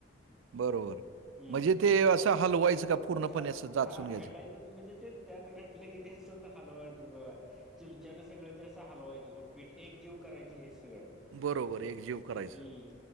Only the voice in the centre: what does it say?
हम्म
हाल
हा
फेटायचंच म्हणजे ते त्यात घातलं की अस तर हलवायचं चिमच्यान सगळं ते असं हलवायचं व पीठ एक जीव करायच हे सगळं
हम्म.